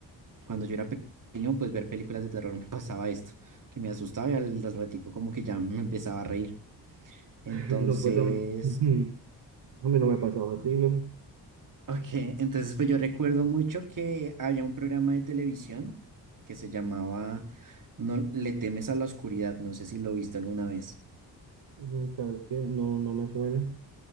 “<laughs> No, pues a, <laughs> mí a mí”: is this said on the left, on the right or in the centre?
Right